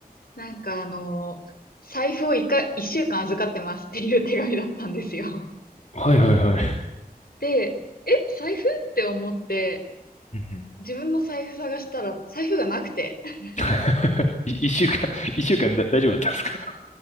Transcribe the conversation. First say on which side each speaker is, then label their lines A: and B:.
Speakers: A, on the left; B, on the left.
A: なんかあの、財布を一回、一週間預かってますっていう手紙だったんですよ。
B: はいはいはい。
A: で、え、財布って思って、
B: うんうん
A: 自分の財布探したら、財布がなくて。<laughs>
B: <laughs> い一週間、<laughs> 一週間だ、大丈夫だったんですか